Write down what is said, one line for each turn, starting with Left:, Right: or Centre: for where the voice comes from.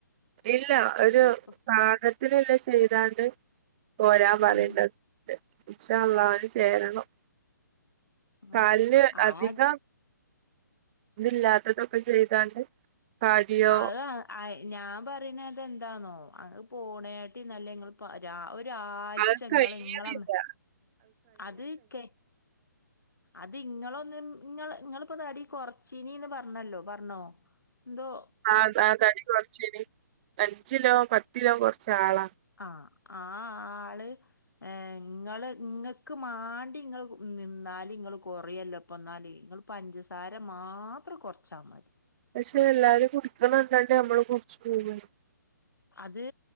Right: ഇല്ല ഒരു
Left: ഇപ്പൊ
Right: സാ ത്തിനുള്ള ചെയ്താണ്ട് പോരാൻ പറയേണ്ട
Left: ഉം
Right: ഇൻക്ഷ അള്ള അയ്ൻ ചേരണം
Left: ഉം
Right: കാല്ൻ
Left: ആത്
Right: അധികം ഇതില്ലാത്തതൊക്കെ ചെയ്താണ്ട് കാടിയോ
Left: അത് ഞാൻ പറയുന്നത എന്താന്നോ അത് പോണയിട്ട് നല്ല നിങ്ങൾ ഒരാഴ്ച
Right: അത്
Left: ഇങ്ങൾ
Right: കയ്യണില്ല
Left: ങ്ങളമ്മ അത് ക്കെ അത് ഇങ്ങളൊന്നും ഇങ്ങള് ഇങ്ങളിപ്പോ തടി കൊറച്ചീനീന്ന് പറഞ്ഞല്ലോ പറഞ്ഞോ അതോ
Right: ആഹ് അഹ് തടി കുറച്ചീന് അഞ്ചിലോ പത്തിലോ കൊറച്ച് ആളാ
Left: ആ ആ ആള്, ഏഹ് ഇങ്ങള് ഇങ്ങക്ക് മാണ്ടി ഇങ്ങള് നിന്നാല് ഇങ്ങള് കൊറേയല്ലോ. പ്പന്നാല് ഇങ്ങള് പഞ്ചസാര മാത്രം കൊർച്ചാ മതി.
Right: പക്ഷെ എല്ലാരും കുടിക്കണണ്ടഴിഞ്ഞ മ്മള് കുടിച്ച് <unintelligible>
Left: അത്